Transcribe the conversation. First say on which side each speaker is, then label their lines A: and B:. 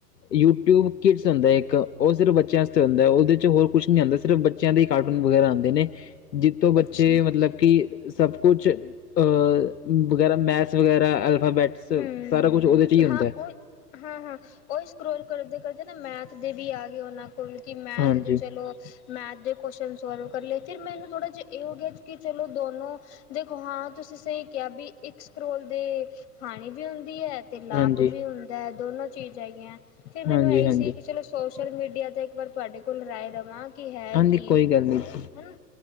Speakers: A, on the left (about 80°); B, on the left (about 45°).
A: ਯੂਟਿਊਬ ਕਿਡਸ ਹੋਂਦੈ ਇੱਕ ਓਹ ਸਿਰਫ ਬੱਚਿਆਂ ਆਸਤੇ ਹੁੰਦਾ ਓਹਦੇ ਚ ਹੋਰ ਕੁਛ ਨੀ ਹੁੰਦਾ ਸਿਰਫ ਬ ਬੱਚਿਆਂ ਦੇ ਈ ਕਾਰਟੂਨ ਵਗੈਰਾ ਆਂਦੇ ਨੇ ਜਿੱਤੋਂ ਬੱਚੇ
B: ਅੱਛਾ
A: ਮਤਲਬ ਕਿ ਸਭ ਕੁਛ ਅਹ ਵਗੈਰਾ ਮੈਥਸ ਵਗੈਰਾ, ਐਲਫਾਬੈਟਸ
B: ਹੂੰ
A: ਸਾਰਾ ਕੁਛ ਓਹਦੇ ਈ ਹੁੰਦੈ।
B: ਹਾਂ ਉਹ ਹਾਂ-ਹਾਂ ਓਹੀ ਸਕਰੋਲ ਕਰਦੇ-ਕਰਦੇ ਨਾ ਮੈਥ ਦੇ ਵੀ ਆ ਗਏ ਓਹਨਾਂ ਕਿਂਉਕੀ ਮੈਂਥ
A: ਹਾਂਜੀ
B: ਤੇ ਚਲੋ ਮੈਥ ਦੇ ਕੋਸ਼ਚਨ ਸੋਲਵ ਕਰ ਲਏ, ਫੇਰ ਮੈਨੂੰ ਥੋੜ੍ਹਾ ਜੇਹਾ ਏਹ ਹੋ ਗਿਆ ਕਿ ਚਲੋ ਦੋਨੋਂ ਦੇਖੋ ਹਾਂ ਤੁਸੀਂ ਸਈ ਕੇਆ ਬਈ, ਇੱਕ ਸਕਰੋਲ ਦੇ ਹਾਨੀ ਵੀ ਹੁੰਦੀ ਐ ਤੇ ਲਾਭ
A: ਹਾਂਜੀ
B: ਵੀ ਹੁੰਦੈ, ਦੋਨੋ ਚੀਜ਼ ਹੈਗੀਐਂ ਫਿਰ ਮੈਨੂੰ
A: ਹਾਂਜੀ
B: ਐਹੀ
A: ਹਾਂਜੀ
B: ਸੀ ਕਿ ਚਲੋ ਸੋਸ਼ਲ ਮੀਡੀਆ ਤੇ ਇੱਕ ਵਾਰ ਤੁਹਾਡੇ ਕੋਲ ਰਾਏ ਲਵਾਂ ਕਿ ਹੈ
A: ਹਾਂਜੀ
B: ਕੀ,
A: ਕੋਈ ਗੱਲ ਨਹੀਂ ਜੀ
B: ਹੈਨਾ।